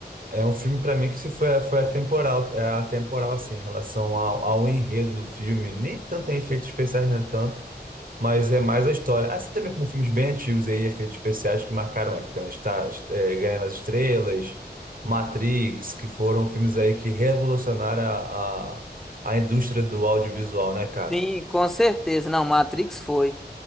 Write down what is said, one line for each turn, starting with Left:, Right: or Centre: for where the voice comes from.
Right: é um filme para mim que se foi, foi atemporal, é atemporal assim, em relação ao, ao enredo do filme, nem tanto em efeitos especiais, né, tanto Mas é mais a história. Assim também como filmes bem antigos aí, efeitos especiais que marcaram a época, né? Star, é, Guerra nas Estrelas, Matrix, que foram filmes aí que revolucionaram a, a, a indústria do audiovisual, né, cara?
Centre: Sim, com certeza. Não, Matrix foi.